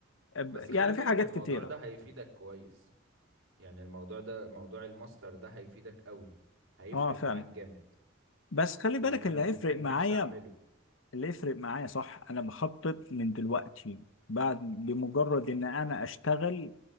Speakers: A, on the left; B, on the right.
A: آه،
B: بس
A: يعني
B: خلي بالك
A: في حاجات
B: الموضوع
A: كتيرة
B: ده هيفيدك كويس يعني الموضوع ده موضوع الماستر ده هيفيدك قوي هيفرق
A: اه فعلا
B: معاك جامد
A: بس خلي
B: يعني
A: بالك اللي
B: انا
A: هيفرق
B: كان
A: معايا
B: نفسي اعمله
A: اللي يفرق معايا صح انا بخطط من دلوقتي بعد بمجرد ان انا اشتغل